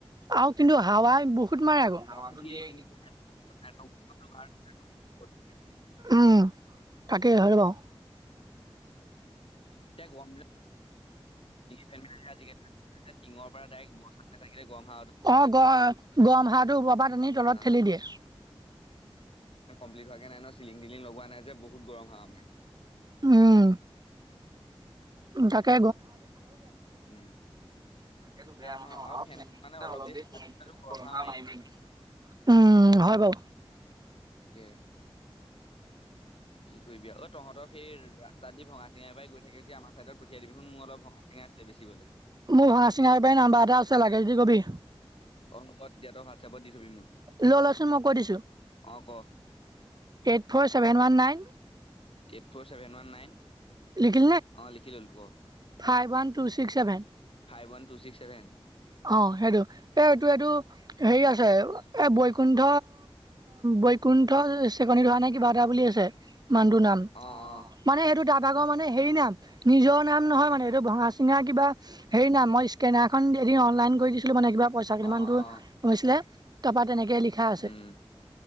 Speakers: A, on the right (about 40°); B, on the left (about 65°).
A: আৰু কিন্তু হাৱা বহুত মাৰে আকৌ
B: ধোৱাটো
A: হাৱ দিয়ে
B: কিন্তু কাৰেণ্টৰ উৎসত লোহাৰ শ্বৰ্ট দিয়ে।
A: উম তাকেই হয় বাও
B: উ <unintelligible> গে আজি টিঙৰ পৰা ডাইৰেক্ ব গৰম <unintelligible>
A: অ গ গম হাঁহটো ওপৰৰ পৰানি তলত
B: অ
A: ঠেলি দিয়ে
B: ক্ হোৱে ন চিলিং দিলি লগোৱা নাই যে বহুত গৰম হাৱা মাৰে <unintelligible>
A: উম তাকে
B: উম
A: তাকেতো বেয়া
B: ন
A: হল আৰু
B: ফেনখন মানে
A: অলপ
B: দেৰি
A: দে
B: চলাই থাকিলেতো গৰম
A: গৰহা
B: হাৱা
A: মাৰিব <unintelligible> উম হয় বাৰু
B: তাকে কি কৰিবি অ তহঁতৰ সেই ৰাস্তাত দি ভঙা চিঙাৰ পৰাই গৈ থাকে যে আমাৰ চাইডত পঠিয়াই দিবিচোন মোৰ অলপ ভঙা চিঙা বেছি বলে
A: মোৰ ভঙা চিঙা বেপাৰীৰ নাম্বাৰ এটা আছে লাগে যদি কবি।
B: অ' হ'ব তেতিয়া তই হোৱাটছএপত দি থবি মোলে
A: লৈ লচোন মই কৈ দিছো।
B: অ' ক
A: eight four seven one nine
B: eight four seven one nine
A: <inaudible>
B: অ' লিখি ল'লো ক
A: five one two six seven
B: five one two six seven
A: অঁ সেইটো এই এইটো এইটো হেৰি আছে এ বৈকুণ্ঠ বৈকুণ্ঠ চেকনি ধৰা নাই কিবা এটা বুলি আছে মানুহটো নাম
B: অ' অ'
A: মানে সেইটো তাৰ ভাগৰ মানে হেৰি নাই <unintelligible> নিজৰ নাম নহয় মানে এইটো ভঙা চিঙা কিবা হেৰি নাম মই স্কেনাৰখন অনলাইন কৰি দিছিলো মানে কিবা পইচা কেইটামানতো
B: আহ অ
A: হৈছিলে তাৰপা তেনেকে লিখা আছে
B: উম